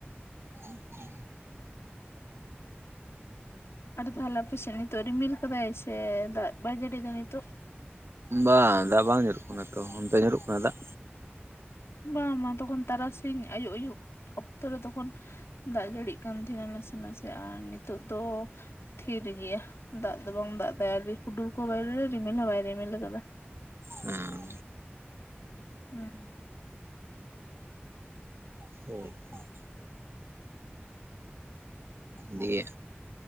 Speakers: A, on the right (about 70°); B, on the left (about 85°).
A: ᱟᱪᱪᱷᱟ
B: ᱟᱫᱚ ᱛᱟᱦᱚᱞᱮ ᱟᱯᱮᱥᱮᱫ ᱱᱤᱛᱚᱜ ᱨᱤᱢᱤᱞ ᱠᱟᱫᱟᱭ ᱥᱮ ‌ ᱫᱟᱜ ᱵᱟᱭ ᱡᱟᱹᱲᱤ ᱫᱟ ᱱᱤᱛᱟᱹᱜ
A: ᱵᱟᱝ ᱫᱟᱜ ᱵᱟᱝ ᱧᱩᱨᱩᱜ ᱠᱟᱱᱟ ᱛᱚ ᱚᱱᱛᱮ ᱧᱩᱨᱩᱜ ᱠᱟᱱᱟ ᱫᱟᱜ
B: ᱵᱟᱝ ᱛᱚᱠᱷᱚᱱ ᱛᱟᱨᱟᱥᱤᱧ ᱟᱭᱩᱵ ᱟᱹᱭᱩᱵ ᱚᱠᱛᱚᱮ ᱛᱚᱠᱷᱚᱱ ᱫᱟᱜ ᱡᱟᱹᱲᱤᱜ ᱠᱟᱱ ᱛᱟᱦᱮᱱᱟ ᱱᱟᱥᱮ ᱱᱟᱥᱮ ᱟᱨ ᱱᱤᱛᱚᱜ ᱫᱚ ᱛᱷᱤᱨ ᱜᱮᱭᱟ ᱫᱟᱜ ᱫᱚ ᱵᱟᱝ ᱫᱟᱜ ᱫᱟᱭ ᱦᱩᱰᱩᱨ ᱠᱚᱦᱚ ᱵᱟᱭ ᱨᱤᱢᱤᱞ ᱦᱚᱸ ᱵᱟᱭ ᱨᱤᱢᱤᱞ ᱟᱠᱟᱫᱟ
A: ᱦᱮᱸ
B: ᱦᱩᱸ
A: ᱴᱷᱤᱠᱭᱟ <inaudible> ᱫᱤᱭᱮ